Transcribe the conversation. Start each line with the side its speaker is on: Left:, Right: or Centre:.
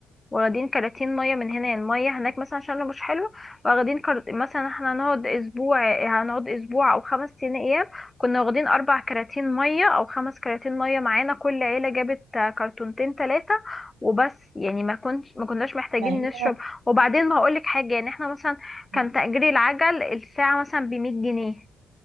Left: واخدين كراتين ميه من هنا يعني الميه هناك مثلا عشان لو مش حلو واخدين كرت... مثلا احنا هنقعد اسبوع هنقعد اسبوع او خمس سنين ايام كنا واخدين اربع كراتين ميه او خمس كراتين ميه معانا كل عيله جابت كرتونتين ثلاثه وبس يعني ما كنت ما كناش محتاجين
Right: ما هي
Left: نشرب وبعدين ما هقولك حاجه يعني احنا مثلا
Right: مم.
Left: كان تأجير العجل الساعه مثلا ب 100 جنيه